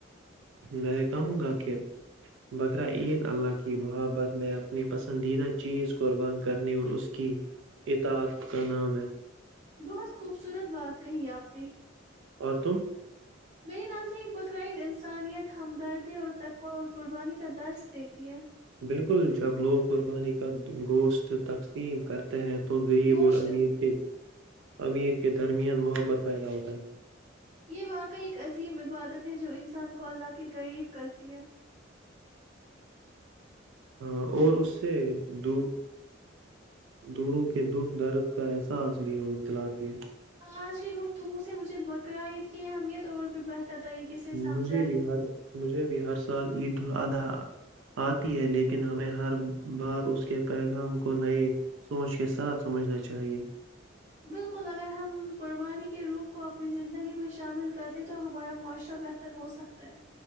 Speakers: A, on the right; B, on the right.
A: میں کہوں گا کہ بقر عید اللہ کی محبت میں اپنی پسندیدہ چیز قربان کرنے اور اس کی اطات کا نام ہے
B: بہت خوبصورت بات کہی آپ نے
A: اور تم
B: مری نزیک بقراید انسانیت ہمدردی اور تقوہء اور قربانی کا درس دیتی ہے
A: بالکل جب لوگ قربانی کا گوشت تقسیم کرتے ت ہیں تو غریب
B: گوشت
A: اور امیر کے امیر کے درمیان محبت پیدا ہوتا ہے
B: یہ واقعی ایک عظیم عبادت ہے جو انسان کو اللہ کے قریب کرتی ہے
A: ہ اور اس سے د دوروں کے دکھ درد کا احساس بھی ہو دل د ہے
B: آج کی گفتگو سے مجھے بقر عید کی ہیں ہممیت اور بھی بہتر طریقے سے سمجھ
A: مجھے
B: آئی
A: بھی ہر مجھے بھی ہر سال عید الاضحی آتی ہے لیکن ہمیں ہر بار اس کے پیغام کو نئے سوچ کے ساتھ سمجھنا چاہیے
B: بالکل اگر ہم قربانی کے روح کو اپنی زندگی میں شامل کر لیں تو ہمارا معاشرہ بہتر ہو سکتا ہے